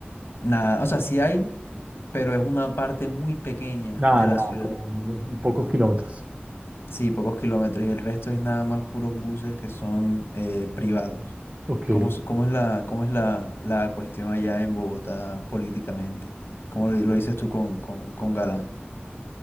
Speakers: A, on the left; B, on the right.
A: Nada, o sea, sí hay, pero es una parte muy pequeña
B: Nada,
A: de la
B: nada,
A: ciudad.
B: como un- pocos kilómetros.
A: Sí, pocos kilómetros y el resto es nada más puros buses que son eh, privados.
B: Ok,
A: ¿Cómo, es- cómo es la, cómo es la, la cuestión allá en Bogotá políticamente? ¿Cómo lo, lo dices tú con, con, con Galán?